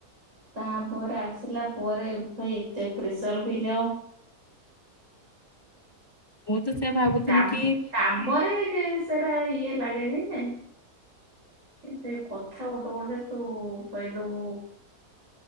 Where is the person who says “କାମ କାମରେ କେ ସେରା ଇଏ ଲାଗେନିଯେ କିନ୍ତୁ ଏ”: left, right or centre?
Right